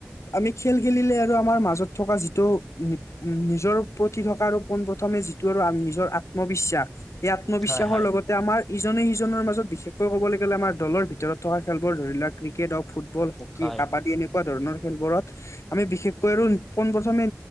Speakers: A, on the left; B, in the centre.
A: আমি খেল খেলিলে আৰু আমাৰ মাজত থকা যিটো উম, নিজৰ প্ৰতি থকা, আৰু পোন প্ৰথমে যিটো আৰু নিজৰ আত্মবিশ্বাস এই আত্মবিশ্বাসৰ
B: হয় হয়
A: লগত এতিয়া আমাৰ ইজনে সিজনৰ মাজত বিশেষকৈ ক'বলৈ গ'লে, আমাৰ দলৰ ভিতৰত থকা খেলবোৰ ধৰি লোৱা, ক্ৰিকেট হওঁক, ফুটবল হওঁক, কি,
B: হয়
A: কাবাডী এনেকুৱা ধৰণৰ খেলবোৰত আমি বিশেষকৈ আৰু পোনপ্ৰথমে